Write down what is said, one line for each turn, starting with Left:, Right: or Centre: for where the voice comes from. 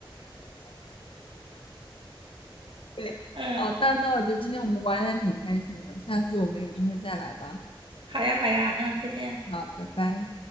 Left: 对，
Right: 嗯，
Left: 好，那那我觉得今天我们玩的挺开心的，下次我们有机会再来吧。
Right: 好呀，好呀，嗯，再见。
Left: 好，拜拜。